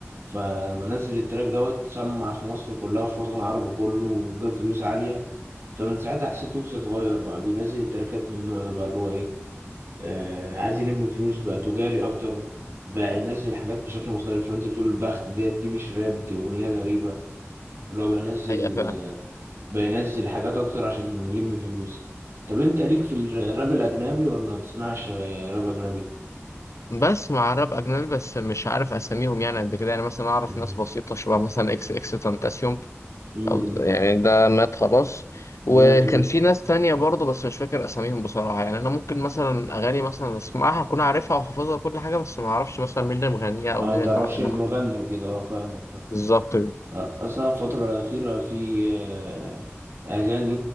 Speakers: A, on the right; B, on the left.
A: فلما نزل التراك دوت سمع في مصر كلها وفي الوطن العربي كله وجاب فيوز عالية فمن ساعتها حسيت ويجز اتغير بقى بينزل التراكات من النوع ده بقى اللي هو إيه آه عايز يلم فلوس بقى تجاري اكتر بقى ينزل حاجات بشكل مختلف لو انت بتقول البخت ديت دي مش راب دي اغنيه غريبه اللي هو بينزل
B: حقيقة فعلا
A: آه بينزل حاجات اكتر عشان يلم فيوز طب انت ليك في الراب الاجنبي ولا ما بتسمعش آه، راب اجنبي
B: بسمع راب أجنبي بس مش عارف أساميهم يعني قد كده يعني مثلا أعرف
A: مهم.
B: ناس بسيطة شبه مثلا إكس إكس تنتاسيوم
A: امم
B: الله يعني ده مات خلاص وكان
A: ما تو-
B: في ناس تانية برضه بس مش فاكر أساميهم بصراحة يعني أنا ممكن مثلا أغاني مثلا أسمعها أكون عارفها وحافظها وكل حاجة بس ما أعرفش مثلا مين اللي مغنيها أو
A: اه
B: مين
A: ما تعرفش
B: اللي عاملها
A: المغني
B: أو مين.
A: وكده اه فاهمك فاهم
B: بالظبط كده
A: آه، اصلا الفتره الاخيره في آه، اغاني